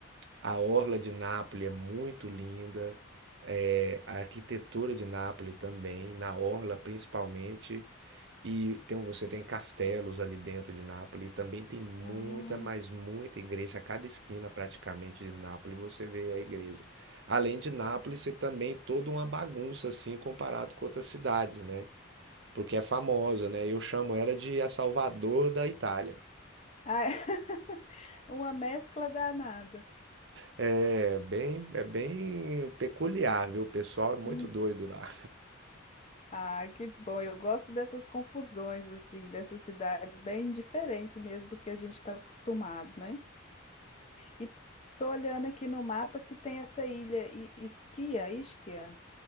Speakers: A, on the right; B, on the left.
A: A orla de Nápoles é muito linda. é, a arquitetura de Nápoles também, na orla principalmente, e tem, você tem castelos ali dentro de Nápoles, e também tem muita,
B: Ah.
A: mas muita igreja. A cada esquina praticamente de Nápoles você vê a igreja. Além de Nápoles, ser também toda uma bagunça assim comparado com outras cidades, né? Porque é famosa, né? Eu chamo ela de a Salvador da Itália.
B: Ah, <laughs> uma mescla danada.
A: É bem, é bem peculiar, viu? O pessoal é muito
B: Hum.
A: doido lá.
B: Ah, que bom. Eu gosto dessas confusões, assim, dessas cidades bem diferentes mesmo do que a gente está acostumado, né? E tô olhando aqui no mapa que tem essa ilha I- Ischia, Ischia,